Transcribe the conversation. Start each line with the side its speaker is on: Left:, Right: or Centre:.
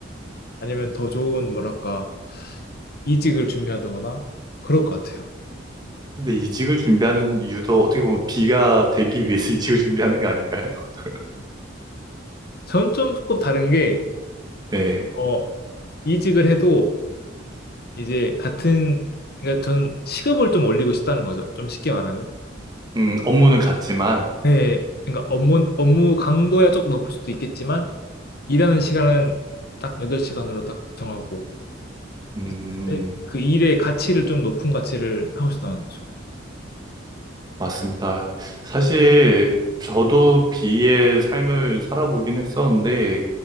Left: 아니면 더 좋은 뭐랄까 이직을 준비하거나 그럴 것 같아요.
Right: 근데 이직을 준비하는 이유도 어떻게 보면 B가 되기 위해서 <laughs> 이직을 준비하는 거 아닌가요? <laughs>
Left: 저는 좀 조금 다른 게
Right: 네.
Left: 어, 이직을 해도 이제 같은 그러니까 전 시급을 좀 올리고 싶다는 거죠. 좀 쉽게 말하면.
Right: 음, 업무는 같지만,
Left: 네, 그러니까 업무 업무 강도야 조금 높을 수도 있겠지만 일하는 시간은 딱 8시간으로 딱 정하고
Right: 음,
Left: 이제 그때 그 일의 가치를 좀 높은 가치를 하고 싶다는 거죠.
Right: 맞습니다. 사실 저도 비의 삶을 살아보긴 했었는데